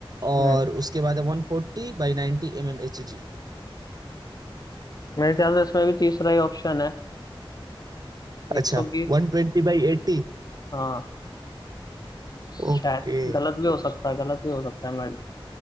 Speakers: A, on the right; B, on the left.
A: और
B: हम्म।
A: उसके बाद वन फोर्टी बाई नाइन्टी एम एम एच जी
B: मेरे ख्याल से इसमें भी तीसरा ही ऑप्शन है एक
A: अच्छा
B: सौ बीस
A: वन ट्वेंटी बाई एट्टी
B: हाँ शायद
A: ओके
B: गलत भी हो सकता है गलत भी हो सकता है मैं